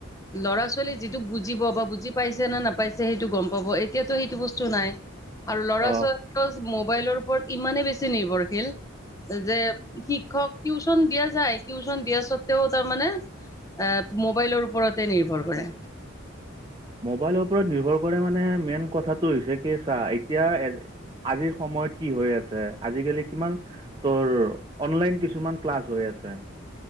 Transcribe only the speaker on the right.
অঁ
মোবাইলৰ ওপৰত নিৰ্ভৰ কৰে মানে মেইন কথাটো হৈছে কি চাহ এতিয়া আজিৰ সময়ত কি হৈ আছে আজিকালি কিমান তোৰ অনলাইন কিছুমান ক্লাছ হৈ আছে।